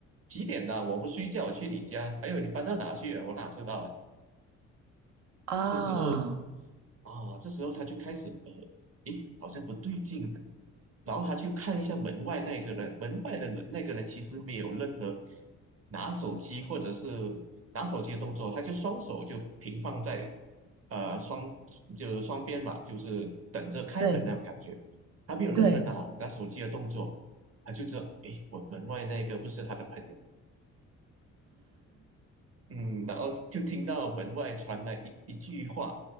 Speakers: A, on the right (about 50°); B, on the right (about 85°).
A: 几点了？我不睡觉，我去你家。还有你搬到哪去了？我哪知道啊？”
B: 啊，
A: 这时候啊、这时候他就开始呃，诶，好像不对劲，然后他去看一下门外那个人，门外的人那个人其实没有任何拿手机或者是拿手机的动作，他就双手就平放在呃双就是双边嘛，就是等着开门那种感觉，
B: 对
A: 他没有任何拿拿手机的动作，
B: 对。
A: 他就知道诶，我门外那个不是他的朋友，嗯，然后就听到门外传来一一句话，